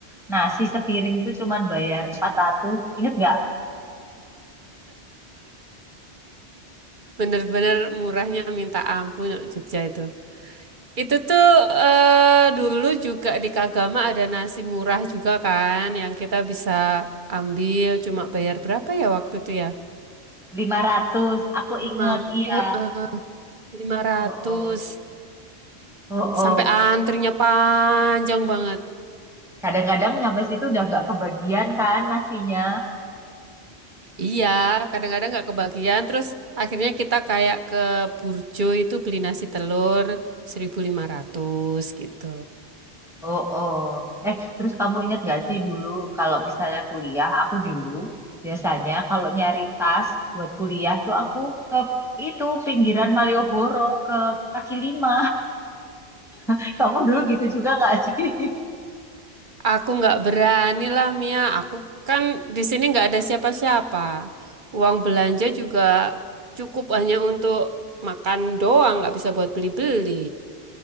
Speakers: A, in the centre; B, on the right.
A: nasi sepiring tuh cuman bayar empat ratus, Ingat nggak?
B: Bener-bener murahnya minta ampun Jogja itu. Itu tuh eh, dulu juga di Kagama ada nasi murah juga kan yang kita bisa ambil cuma bayar berapa ya waktu itu ya?
A: lima ratus aku
B: Lima,
A: inget, iya.
B: Heeh, lima ratus.
A: Oh, oh, oh, oh.
B: Sampai antrinya panjang banget.
A: Kadang-kadang nyampe situ udah nggak kebagian kan nasinya.
B: Iya, kadang-kadang nggak kebagian. Terus akhirnya kita kayak ke Burjo itu beli nasi telur 1.500 gitu.
A: Oh, oh. Eh, terus kamu inget nggak sih dulu kalau misalnya kuliah, aku dulu biasanya kalau nyari tas buat kuliah tuh aku ke itu pinggiran Malioboro ke kaki lima. <laughs> Kamu dulu gitu juga nggak sih? <laughs>
B: Aku nggak berani lah Mia. Aku kan di sini nggak ada siapa-siapa. Uang belanja juga cukup hanya untuk makan doang, nggak bisa buat beli-beli.